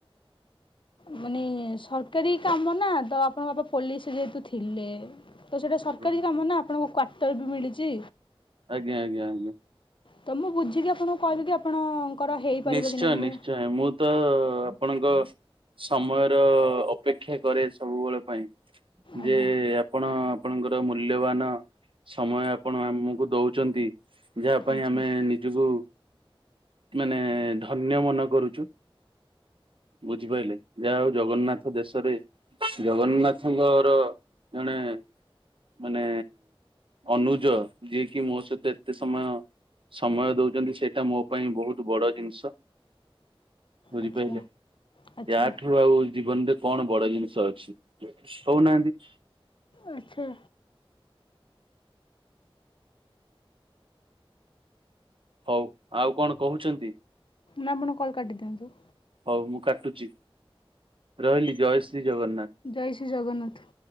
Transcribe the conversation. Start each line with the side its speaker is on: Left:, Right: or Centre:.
Left: ମାନେ ସରକାରୀ କାମ ନାଁ ତ ଆପଣଙ୍କ ବାପା ପୋଲିସ୍ ଯେହେତୁ ଥିଲେ ତ ସେଟା ସରକାରୀ
Right: ଆଜ୍ଞା
Left: କାମ ନାଁ ଆପଣଙ୍କୁ କ୍ଵାର୍ଟର ବି ମିଳିଚି।
Right: ଆଜ୍ଞା ଆଜ୍ଞା ଆଜ୍ଞା।
Left: ତ ମୁଁ ବୁଝିକି ଆପଣଙ୍କୁ କହିବି କି ଆପଣଙ୍କର ହେଇପାରିବ
Right: ନିଶ୍ଚୟ
Left: କି ନାଇଁ ମୁଁ
Right: ନିଶ୍ଚୟ ମୁଁ ତ ଆପଣଙ୍କ ସମୟର ଅପେକ୍ଷା କରେ ସବୁବେଳ ପାଇଁ। ଯେ
Left: ଆଜ୍ଞା
Right: ଆପଣ ଆପଣଙ୍କର ମୂଲ୍ୟବାନ ସମୟ ଆପଣ ଆମୁକୁ ଦଉଚନ୍ତି ଯାହା
Left: ଆଚ୍ଛା
Right: ପାଇଁ ଆମେ ନିଜୁକୁ ମାନେ ଧନ୍ୟ ମନେ କରୁଚୁ। ବୁଝିପାରିଲେ। ଯାହା ହଉ ଜଗନ୍ନାଥ ଦେଶରେ ଜଗନ୍ନାଥଙ୍କର ଜଣେ ମାନେ ଅନୁଜ ଯିଏକି ମୋ ସହିତ ଏତେ ସମୟ ସମୟ ଦଉଚନ୍ତି ସେଟା ମୋ ପାଇଁ ବହୁତ୍ ବଡ ଜିନିଷ ବୁଝିପାରିଲେ।
Left: ଆଚ୍ଛା ଆଚ୍ଛା
Right: ୟା ଠୁ ଆଉ ଜୀବନରେ କଣ ବଡ ଜିନିଷ ଅଛି କହୁନାହାନ୍ତି।
Left: ଆଚ୍ଛା।
Right: ହଉ -ଆଉ କଣ କହୁଚନ୍ତି?
Left: ନା ଆପଣ କଲ୍ କାଟିଦିଅନ୍ତୁ।
Right: ହଉ ମୁଁ କାଟୁଚି ରହିଲି ଜୟ ଶ୍ରୀ ଜଗନ୍ନାଥ।
Left: ଜୟ ଶ୍ରୀ ଜଗନ୍ନାଥ।